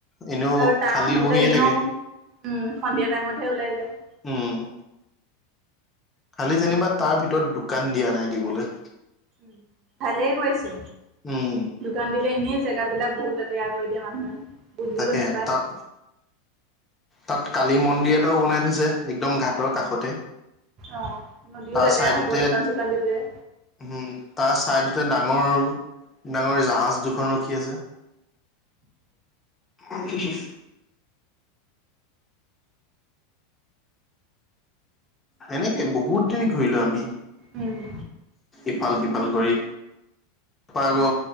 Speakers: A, on the left; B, on the right.
A: এনেও
B: আৰু তাৰ
A: খালী
B: মানুহ
A: বহিয়ে
B: বিলাক এনেও
A: থাকে
B: উ, সন্ধিয়া টাইমতহে ওলাই যায়। <inaudible>
A: উম খালি যেনিবা তাৰ ভিতৰত দোকান দিয়া নাই দিবলৈ
B: উ, ভালে হৈছে।
A: উম
B: দোকান দিলে এনেই জেগা বিলাক বহুত লেত তেয়া কৰি দিয়া মানুহে। বুজিও
A: তাকে,
B: নোপায়
A: তাত তাত, কালী মন্দিৰ এটাও বনাই থৈছে, একদম ঘাটৰ কাষতে
B: অ', নদীও
A: তাৰ
B: লেতেৰা
A: চাইডতে
B: হ'ব দোকান চোকান দিলে।
A: উম, তাৰ চাইডতে ডাঙৰ, ডাঙৰ জাহাজ দুখন ৰখি আছে। <inaudible> সেনেকে বহুত দেৰি ঘূৰিলো আমি।
B: উম
A: ইফাল সিফাল ভাল কৰি, পাগ'